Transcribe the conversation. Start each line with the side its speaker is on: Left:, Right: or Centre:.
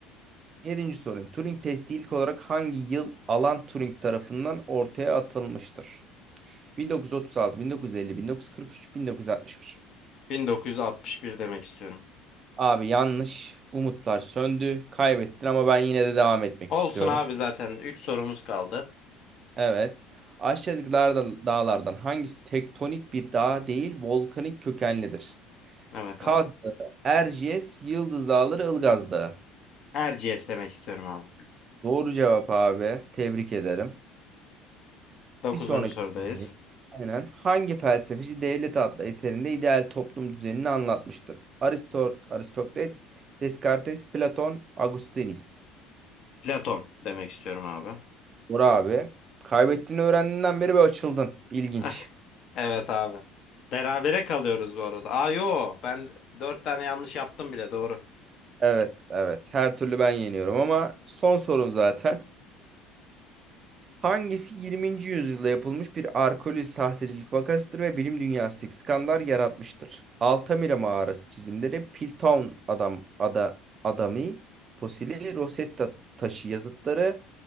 Right: Yedinci sorum. Turing testi ilk olarak hangi yıl Alan Turing tarafından ortaya atılmıştır? 1936, 1950, 1943, 1961.
Left: 1961 demek istiyorum.
Right: Abi yanlış. Umutlar söndü. Kaybettin ama ben yine de devam etmek
Left: Olsun
Right: istiyorum.
Left: abi zaten 3 sorumuz kaldı.
Right: Evet. Aşağıdaki dağ- dağlardan hangisi tektonik bir dağ değil, volkanik kökenlidir?
Left: Evet
Right: Kaz
Left: abi.
Right: Dağı, Erciyes, Yıldız Dağları, Ilgaz Dağı.
Left: Erciyes demek istiyorum abi.
Right: Doğru cevap abi. Tebrik ederim.
Left: Dokuzuncu
Right: Bir sonraki
Left: sorudayız.
Right: soru. aynen hangi felsefeci Devlet adlı eserinde ideal toplum düzenini anlatmıştır? Aristot Aristokles, Descartes, Platon, Augustinus.
Left: Platon demek istiyorum abi.
Right: Bora abi. Kaybettiğini öğrendiğinden beri bir açıldın. İlginç.
Left: <laughs> Evet abi. Berabere kalıyoruz bu arada. Aa yo ben 4 tane yanlış yaptım bile doğru.
Right: Evet, evet. Her türlü ben yeniyorum ama son sorun zaten. Hangisi 20. yüzyılda yapılmış bir arkeolojik sahtecilik vakasıdır ve bilim dünyasındaki skandal yaratmıştır? Altamira mağarası çizimleri, Piltdown adam ada adamı fosili, Rosetta taşı yazıtları,